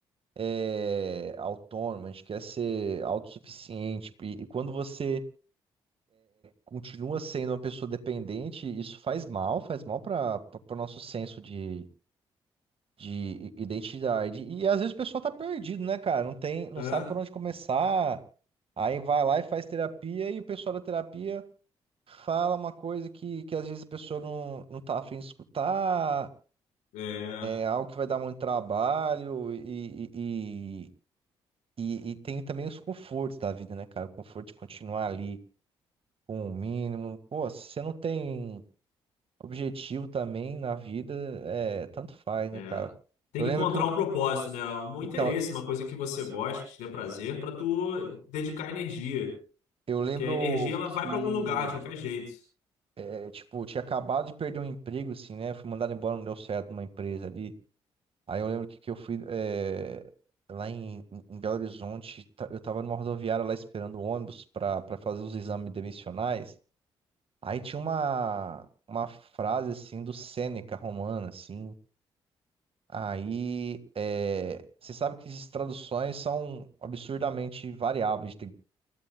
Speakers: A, on the right; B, on the left.
A: é, autônomo, a gente quer ser autossuficiente. E, e quando você continua sendo uma pessoa dependente, isso faz mal, faz mal para o nosso senso de, de identidade. E às vezes o pessoal tá perdido, né, cara? Não tem, não
B: É,
A: sabe por onde começar. Aí vai lá e faz terapia e o pessoal da terapia fala uma coisa que, que às vezes a pessoa não, não tá afim de escutar,
B: é.
A: é algo que vai dar muito trabalho e, e, e, e- e tem também os confortos da vida, né, cara? O conforto de continuar ali com o mínimo. Pô, se você não tem objetivo também na vida, é, tanto faz, né,
B: É.
A: cara?
B: Tem
A: Eu
B: que
A: lembro
B: encontrar
A: que eu,
B: um propósito, né? Um
A: então,
B: interesse, uma coisa que você gosta, que te dê prazer, pra tu dedicar energia.
A: eu lembro
B: Que a energia ela
A: que
B: vai pra algum lugar, de qualquer jeito.
A: é, tipo, eu tinha acabado de perder um emprego assim, né? Fui mandado embora, não deu certo numa empresa ali. Aí eu lembro que, que eu fui é, lá em, em Belo Horizonte, ta- eu tava numa rodoviária lá esperando o ônibus pra para fazer os exames demissionais. Aí tinha uma uma frase assim do Sêneca romano assim, Aí, é, você sabe que essas traduções são absurdamente variáveis, tem